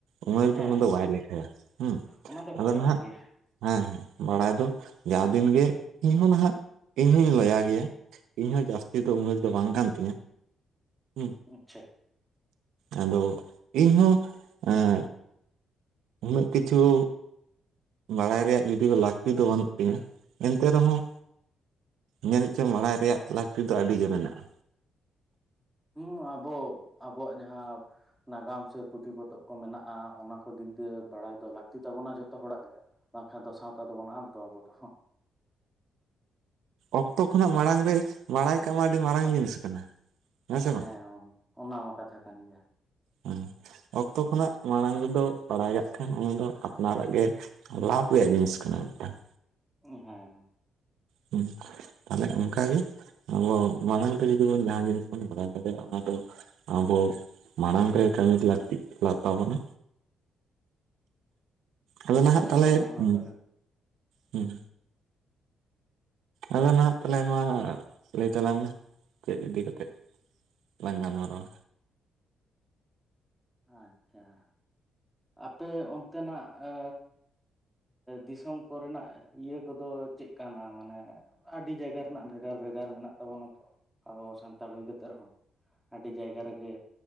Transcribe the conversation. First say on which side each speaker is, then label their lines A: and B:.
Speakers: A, on the right; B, in the centre.
A: ᱩᱢᱮᱨ ᱫᱚ
B: ᱦᱮᱸ
A: ᱚᱱᱟ ᱫᱚ ᱵᱟᱭ ᱞᱮᱠᱷᱟᱭᱟ ᱦᱮᱸ
B: ᱚᱱᱟ ᱫᱚ
A: ᱟᱫᱚ
B: ᱠᱟᱛᱷᱟ
A: ᱱᱟᱦᱟᱜ
B: ᱠᱟᱱ ᱜᱮᱭᱟ
A: ᱦᱮᱸ ᱵᱟᱲᱟᱭ ᱫᱚ ᱡᱟᱣ ᱫᱤᱱ ᱜᱮ ᱤᱧᱦᱚᱸ ᱱᱟᱦᱟᱜ ᱤᱧᱦᱚᱸᱧ ᱞᱟᱹᱭᱟ ᱜᱮᱭᱟ ᱤᱧ ᱦᱚᱸ ᱡᱟᱹᱥᱛᱤ ᱫᱚ ᱩᱢᱮᱨ ᱫᱚ ᱵᱟᱝ ᱠᱟᱱ ᱛᱤᱧᱟ ᱦᱩᱸ
B: ᱟᱪᱪᱷᱟ
A: ᱟᱫᱚ ᱤᱧᱦᱚᱸ ᱮᱜ ᱩᱱᱟᱹᱜ ᱠᱤᱪᱷᱩ ᱵᱟᱲᱟᱭ ᱨᱮᱭᱟᱜ ᱡᱩᱫᱤ ᱞᱟᱹᱠᱛᱤ ᱫᱚ ᱵᱟᱹᱱᱩᱜ ᱛᱤᱧᱟ ᱮᱱᱛᱮ ᱨᱮᱦᱚᱸ ᱡᱟᱱᱤᱡ ᱪᱚᱝ ᱵᱟᱲᱟᱭ ᱨᱮᱭᱟᱜ ᱞᱟᱹᱠᱛᱤ ᱫᱚ ᱟᱹᱰᱤ ᱜᱮ ᱢᱮᱱᱟᱜ-ᱟ
B: ᱦᱩᱸ ᱟᱵᱚ ᱟᱵᱚᱣᱟᱜ ᱡᱟᱦᱟᱸ ᱱᱟᱜᱟᱢ ᱥᱮ ᱯᱩᱛᱷᱤ ᱯᱚᱛᱚᱵ ᱠᱚ ᱢᱮᱱᱟᱜ-ᱟ ᱚᱱᱟ ᱠᱚ ᱫᱤᱠ ᱫᱤᱭᱮ ᱵᱟᱲᱟᱭ ᱫᱚ ᱞᱟᱹᱠᱛᱤ ᱛᱟᱵᱚᱱᱟ ᱡᱷᱚᱛᱚ ᱦᱚᱲᱟᱜ ᱜᱮ ᱵᱟᱝᱠᱷᱟᱱ ᱫᱚ ᱥᱟᱶᱛᱟ ᱫᱚᱵᱚᱱ ᱟᱫ ᱫᱚ ᱟᱵᱚ ᱫᱚ
A: ᱚᱠᱛᱚ ᱠᱷᱚᱱᱟᱜ ᱢᱟᱲᱟᱝ ᱨᱮ ᱵᱟᱲᱟᱭ ᱠᱟᱜ ᱢᱟ ᱟᱹᱰᱤ ᱢᱟᱨᱟᱝ ᱡᱤᱱᱤᱥ ᱠᱟᱱᱟ ᱥᱮ ᱵᱟᱝ
B: ᱦᱮᱸ ᱚᱱᱟ ᱚᱱᱟ ᱢᱟ ᱠᱟᱛᱷᱟ ᱠᱟᱱ ᱜᱮᱭᱟ
A: ᱦᱮᱸ ᱚᱠᱛᱚ ᱠᱷᱚᱱᱟᱜ ᱢᱟᱲᱟᱝ ᱨᱮᱫᱚ ᱵᱟᱲᱟᱭ ᱠᱟᱜ ᱠᱷᱟᱱ ᱚᱱᱟ ᱫᱚ ᱟᱯᱱᱟᱨᱟᱜ ᱜᱮ ᱞᱟᱵᱷ ᱨᱮᱭᱟᱜ ᱡᱤᱱᱤᱥ ᱠᱟᱱᱟ ᱢᱤᱫᱴᱟᱝ
B: ᱦᱮᱸ ᱦᱮᱸ
A: ᱦᱩᱸ ᱛᱟᱦᱞᱮ ᱚᱱᱠᱟ ᱜᱮ ᱟᱵᱚ ᱢᱟᱲᱟᱝ ᱨᱮ ᱡᱩᱫᱤ ᱡᱟᱦᱟᱱ ᱡᱤᱱᱤᱥ ᱵᱚᱱ ᱵᱟᱲᱟᱭ ᱫᱟᱲᱮᱭᱟᱜ-ᱟ ᱚᱱᱟ ᱫᱚ ᱟᱵᱚ ᱢᱟᱲᱟᱝ ᱨᱮ ᱠᱟᱹᱢᱤ ᱞᱟᱹᱠᱛᱤᱜ ᱞᱟᱛᱟᱵᱚᱱᱟ ᱟᱫᱚ ᱱᱟᱦᱟᱜ
B: ᱦᱳᱭ
A: ᱛᱟᱞᱦᱮ
B: ᱚᱱᱟ ᱦᱚᱸ
A: ᱦᱩᱸ
B: ᱠᱟᱛᱷᱟ
A: ᱦᱩᱸ ᱟᱫᱚ ᱱᱟᱦᱟᱜ ᱛᱟᱦᱚᱞᱮ ᱱᱚᱣᱟ ᱞᱟᱹᱭ ᱛᱟᱞᱟᱝ ᱢᱮ ᱪᱮᱫ ᱤᱫᱤ ᱠᱟᱛᱮᱫ ᱞᱟᱝ ᱜᱟᱞ ᱢᱟᱨᱟᱣᱟ
B: ᱟᱪᱪᱷᱟ ᱟᱯᱮ ᱚᱱᱛᱮᱱᱟᱜ ᱮ ᱫᱤᱥᱚᱢ ᱠᱚᱨᱮᱱᱟᱜ ᱤᱭᱟᱹ ᱠᱚᱫᱚ ᱪᱮᱫ ᱠᱟ ᱱᱟ ᱢᱟᱱᱮ ᱟᱹᱰᱤ ᱡᱟᱭᱜᱟ ᱨᱮᱱᱟᱜ ᱵᱷᱮᱜᱟᱨ ᱵᱷᱮᱜᱟᱨ ᱢᱮᱱᱟᱜ ᱛᱟᱵᱚᱱᱟ ᱛᱚ ᱟᱵᱚ ᱥᱟᱱᱛᱟᱲ ᱦᱩᱭ ᱠᱟᱛᱮᱜ ᱨᱮᱦᱚᱸ ᱟᱹᱰᱤ ᱡᱟᱭᱜᱟ ᱨᱮᱜᱮ